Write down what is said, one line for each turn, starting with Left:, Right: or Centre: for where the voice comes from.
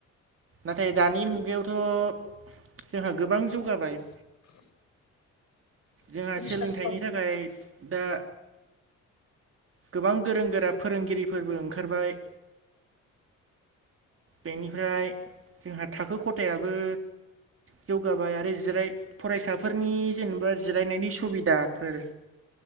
Right: नाथाय दानि मुगायावथ' जोंहा गोबां जौगाबाय। जोंहा
Left: आतसा
Right: सोलोंथाइनि
Left: औ आदसा
Right: थाखाय दा गोबां गोरों गोरा फोरोंगिरिफोरबो ओंखारबाय। बेनिफ्राय जोंहा थाखो खथायाबो जौगाबाय आरो जिराय फरायसाफोरनि जेनोबा जिरायनायनि सुबिदाफोर ‌